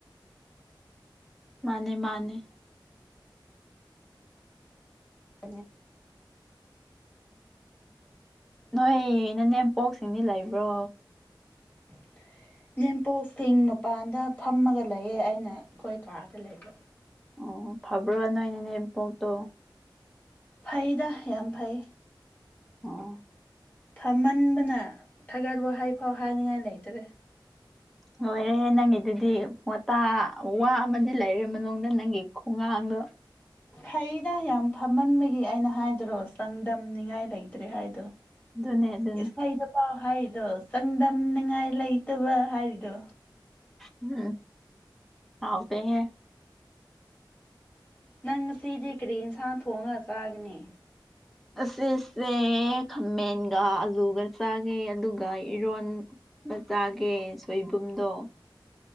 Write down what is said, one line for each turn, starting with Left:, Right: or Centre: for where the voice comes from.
Centre: ꯃꯥꯅꯦ ꯃꯥꯅꯦ
Left: ꯅꯦ
Centre: ꯅꯣꯏ ꯅꯅꯦꯝꯄꯣꯛꯁꯤꯡꯗꯤ ꯂꯩꯕ꯭ꯔꯣ
Left: <inaudible> ꯏꯅꯦꯝꯄꯣꯛ ꯁꯤꯡ ꯃꯄꯥꯟꯗ ꯐꯝꯃꯒ ꯂꯩꯌꯦ ꯑꯩꯅ ꯑꯩꯈꯣꯏ ꯀꯥꯗ ꯂꯩꯕ
Centre: ꯑꯣ ꯐꯥꯕ꯭ꯔ ꯅꯣꯏ ꯅꯅꯦꯝꯄꯣꯛꯇꯣ
Left: ꯐꯩꯗ ꯌꯥꯝ ꯐꯩ
Centre: ꯑꯣ
Left: ꯐꯝꯃꯟꯕꯅ ꯊꯥꯒꯠ ꯋꯥꯍꯩꯐꯥꯎ ꯍꯥꯏꯅꯤꯡꯉꯥꯏ ꯂꯩꯇꯔꯦ
Centre: ꯂꯣꯏꯔꯦꯍꯦ ꯅꯪꯒꯤꯗꯨꯗꯤ ꯋꯥꯇꯥ ꯋꯥ ꯑꯃꯗꯤ ꯂꯩꯔꯦ ꯃꯅꯨꯡꯗ ꯅꯪꯒꯤ ꯈꯣꯡꯉꯥꯡ ꯗꯨ
Left: ꯐꯩꯗ ꯌꯥꯝ ꯐꯝꯍꯟꯕꯒꯤ ꯑꯩꯅ ꯍꯥꯏꯗꯔꯣ ꯆꯥꯡꯗꯝꯅꯤꯉꯥꯏ ꯂꯩꯇ꯭ꯔꯦ ꯍꯥꯏꯗꯣ
Centre: ꯗꯨꯅꯦ ꯗꯨꯅꯦ
Left: ꯏꯁꯩꯗ ꯐꯥꯎ ꯍꯥꯏꯔꯤꯗꯣ ꯆꯥꯡꯗꯝꯅꯤꯉꯥꯏ ꯂꯩꯇꯕ ꯍꯥꯏꯔꯤꯗꯣ
Centre: ꯎꯝ ꯍꯥꯎꯇꯦ ꯍꯦ
Left: ꯅꯪ ꯉꯁꯤꯗꯤ ꯀꯔꯤ ꯌꯦꯟꯁꯥꯡ ꯊꯣꯡꯉꯒ ꯆꯥꯒꯅꯤ
Centre: ꯑꯁꯤꯁꯦ ꯈꯥꯃꯦꯟꯒ ꯑꯂꯨꯒ ꯆꯥꯒꯦ ꯑꯗꯨꯒ ꯏꯔꯣꯟ ꯕꯆꯥꯒꯤ ꯁꯣꯏꯕꯨꯝꯗꯣ